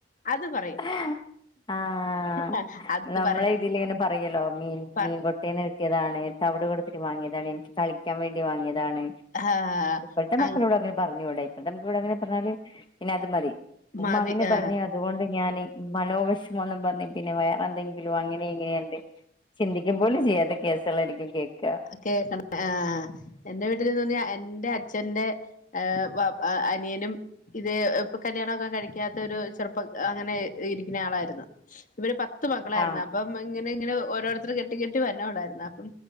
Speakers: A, on the left (about 45°); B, on the left (about 25°).
A: അത് പറയും
B: ഉം ആഹ്
A: ആഹ് അത്
B: നമ്മളെ
A: പറയണേ
B: ഇതില് ഇങ്ങനെ പറയല്ലോ മീൻ
A: പ
B: മീൻ കൊ ട്ടേന്ന് കിട്ടിയതാണ് തവിട് കൊടുത്തിട്ട് വാങ്ങിയതാണ് എനിക്ക് കളിക്കാൻ വേണ്ടി വാങ്ങിയതാണ്
A: ആഹ്
B: ഇപ്പഴ്ത്തെ
A: അങ്
B: മക്കളോട് അങ്ങനെ പറഞ്ഞൂടാ ഇപ്പഴ്ത്തെ മക്കളോട് അങ്ങനെ പറഞ്ഞാല് പിന്നെ അത് മതി ഉമ്മങ്ങനെ
A: മതി ആഹ്
B: പറഞ്ഞ് അതുകൊണ്ട് ഞാൻ മനോവെഷ ന്നും പറഞ്ഞ് പിന്നെ വേറെ എന്തെങ്കിലും അങ്ങനെ ഇങ്ങനെയാണ്ട് ചിന്തിക്കും പോലും ചെയ്യാത്ത കേസളായിരിക്കും കേൾക്കാ
A: കേക്ക്ണ് ആഹ് എന്റെ വീട്ടില്ന്ന് പറഞ്ഞാ എന്റെ അച്ഛന്റെ ഏഹ് വാപ് ആഹ് അനിയനും ഇത് ഇപ്പൊ കല്യാണൊക്കെ കഴിക്കാത്ത ഒരു ചെറുപ്പം അങ്ങനെ ഇരിക്ക്ണ ആളായിരുന്നു ഇവര് പത്ത് മക്കളായിരുന്ന്
B: ആഹ്
A: അപ്പം ഇങ്ങനെ ഇങ്ങനെ ഓരോരുത്തറ് കെട്ടി കെട്ടി വരണോള്ളായിരുന്ന് അപ്പം